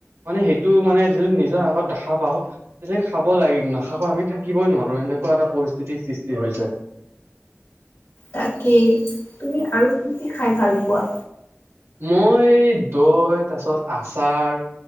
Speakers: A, on the right; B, on the left.
A: মানে সেইটো মানে যদি নিজৰ আগত দেখা পাওঁ য খাব লাগে নাখাকো আমি থাকিবই নোৱাৰো এনেকুৱা এটা পৰিস্থিতিৰ সৃষ্টি হৈ যায়
B: তাকেই তুমি আৰু কি, কি খাই ভাল পোৱা?
A: মই দৈ তাৰপিছত আচাৰ